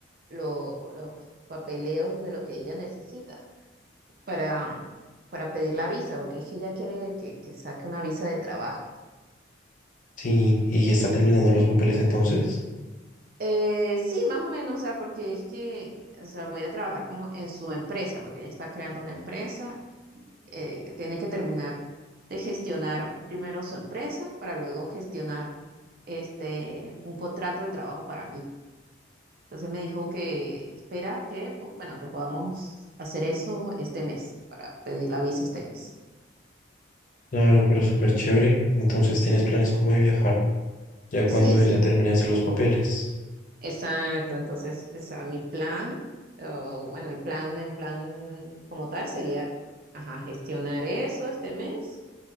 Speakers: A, on the right; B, on the left.
A: lo- los papeleos de lo que ella necesita para, para pedir la visa, porque es que ella quiere que que saque una visa de trabajo.
B: sí, y ya está terminando los papeles entonces.
A: Eh, sí, más o menos, o sea, porque es que, o sea, voy a trabajar como en su empresa, porque ella está creando una empresa, eh, tiene que terminar de gestionar primero su empresa para luego gestionar este, un contrato de trabajo para mí. Entonces me dijo que espera que, po- bueno, que podamos hacer eso este mes, para pedir la visa este mes.
B: Claro, pero súper chévere. Entonces tienes planes como de viajar, ya
A: Sí,
B: cuando
A: sí.
B: ella termine de hacer los papeles.
A: Exacto, entonces, o sea, mi plan, o bueno, el plan, en plan como tal sería, ajá, gestionar eso este mes